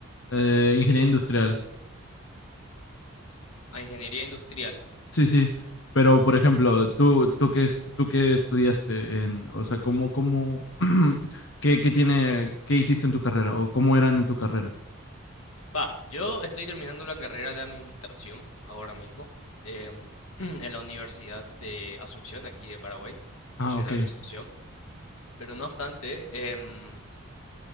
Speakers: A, on the left (about 60°); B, on the left (about 70°).
A: Eh, ingeniería industrial.
B: Ah, ingeniería industrial.
A: Sí, sí, pero por ejemplo, tú, tú qué es, tú qué estudiaste en, o sea, cómo, cómo, <clears throat> qué, qué tiene, qué hiciste en tu carrera o cómo eran en tu carrera.
B: Va, yo estoy terminando la carrera de administración ahora mismo em, <clears throat> en la Universidad de Asunción, aquí de Paraguay,
A: Ah,
B: Nacional
A: ok.
B: de Asunción. Pero no obstante, em,